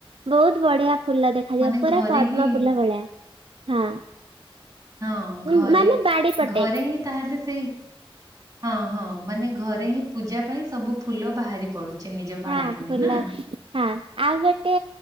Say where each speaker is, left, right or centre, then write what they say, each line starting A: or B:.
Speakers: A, on the right (about 65°); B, on the right (about 35°).
A: ବହୁତ ବଢିଆ ଫୁଲ ଦେଖ ଖାଲିପୁରା
B: ମାନେ ଘରେ
A: ପଦ୍ମଫୁଲ
B: ହିଁ
A: ଭଳିଆ ହଁ।
B: ହଁ
A: ଉଁ,
B: ଘରେ
A: ମାନେ ବାଡି ପଟେ।
B: ଘରେ ହିଁ ତାହେଲେ ସେଇ ହଁ ହଁ ମାନେ ଘରେ ହିଁ ପୂଜା ପାଇଁ ସବୁ ଫୁଲ ବାହାରି ପଡୁଛି। ନିଜ ବାଡିରୁ
A: ହଁ
B: ହିଁ
A: ଫୁଲ
B: ନା।
A: ହଁ ଆଉ ଗୋଟେ